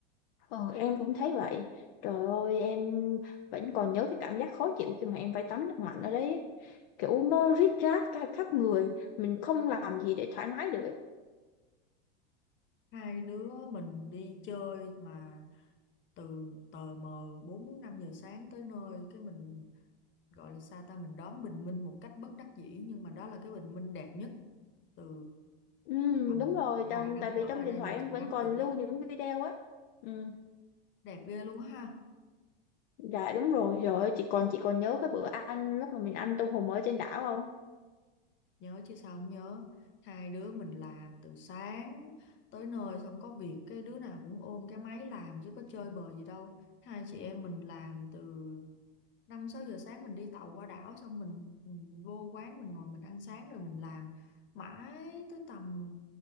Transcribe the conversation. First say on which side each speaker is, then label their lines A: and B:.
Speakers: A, on the left; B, on the left.
A: ờ, em cũng thấy vậy. Trời ơi, em vẫn còn nhớ cái cảm giác khó chịu khi mà em phải tắm nước lạnh ở đấy. ấy. Kiểu nó rít rát cả khắp người, mình không làm gì để thoải mái được ấy.
B: hai đứa mình đi chơi mà từ tờ mờ bốn năm giờ sáng tới nơi cái mình gọi là sao ta mình đón bình minh một cách bất đắc dĩ nhưng mà đó là cái bình minh đẹp nhất từ
A: Ừ,
B: tầm
A: đúng rồi, trong,
B: vài năm
A: tại vì
B: trở
A: trong
B: lại
A: điện
B: đây
A: thoại
B: mà
A: em
B: chị ngắm
A: vẫn còn
B: được
A: lưu
B: á
A: những video á. Ừ,
B: đẹp ghê luôn á ha
A: dạ đúng rồi, rồi chị còn chị còn nhớ cái bữa ăn lúc mà mình ăn tôm hùm ở trên đảo không?
B: nhớ chứ sao không nhớ hai đứa mình làm từ sáng tới nơi xong có việc cái đứa nào cũng ôm cái máy làm chứ có chơi bời gì đâu hai chị em mình làm từ năm sáu giờ sáng mình đi tàu qua đảo xong mình, mình vô quán mình ngồi mình ăn sáng rồi mình làm mãi tới tầm